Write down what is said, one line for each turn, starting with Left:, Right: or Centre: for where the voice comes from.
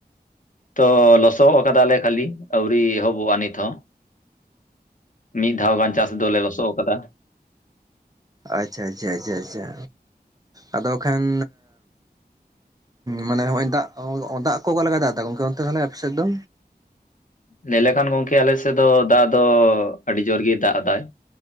Left: ᱛᱚ ᱞᱚᱥᱚᱫ ᱟᱠᱟᱫᱟᱞᱮ ᱠᱷᱟᱹᱞᱤ ᱟᱹᱣᱨᱤ ᱮᱦᱚᱵᱚᱜ-ᱟ ᱱᱤᱛ ᱦᱚᱸ, ᱢᱤᱫ ᱫᱷᱟᱣ ᱜᱟᱱ ᱪᱟᱥ ᱫᱚᱞᱮ ᱞᱚᱥᱚᱫ ᱟᱠᱟᱫᱟ ᱾
Right: ᱟᱪᱪᱷᱟ ᱟᱪᱪᱷᱟ ᱟᱪᱪᱷᱟ ᱟᱪᱪᱷᱟ ᱟᱫᱚ ᱠᱷᱟᱱ ᱢᱟᱱᱮ ᱱᱚᱜᱚᱭ ᱫᱟᱜ, ᱫᱟᱜ ᱠᱚ ᱚᱠᱟ ᱞᱮᱠᱟᱭ ᱫᱟᱜ ᱮᱫᱟ ᱜᱚᱝᱠᱮ ᱚᱱᱛᱮ ᱛᱟᱦᱞᱮ ᱟᱯᱮᱥᱮᱫ ᱫᱚ?
Left: ᱞᱟᱹᱭ ᱞᱮᱠᱷᱟᱱ ᱜᱚᱢᱠᱮ ᱟᱞᱮ ᱥᱮᱫ ᱫᱚ ᱫᱟᱜ ᱫᱚ ᱟᱹᱰᱤ ᱡᱳᱨ ᱜᱮ ᱫᱟᱜ ᱮᱫᱟᱭ ᱾